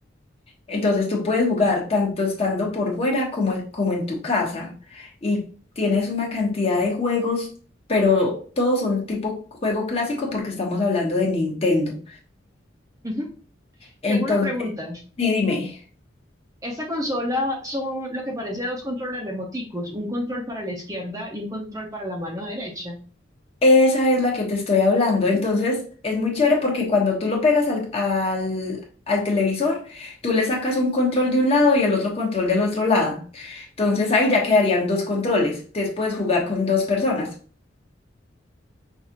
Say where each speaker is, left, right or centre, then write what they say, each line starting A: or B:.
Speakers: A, on the left (about 30°); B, on the right (about 20°).
A: Entonces tú puedes jugar tanto estando por fuera como, en- como en tu casa y tienes una cantidad de juegos, pero todos son tipo juego clásico porque estamos hablando de Nintendo.
B: Ujú.
A: Entonces,
B: Tengo una pregunta.
A: sí, dime,
B: Esta consola son lo que parece dos controles remoticos, un control para la izquierda y un control para la mano derecha.
A: esa es la que te estoy hablando. Entonces, es muy chévere porque cuando tú lo pegas al, al, al televisor, tú le sacas un control de un lado y el otro control del otro lado. Entonces ahí ya quedarían dos controles. Entonces puedes jugar con dos personas.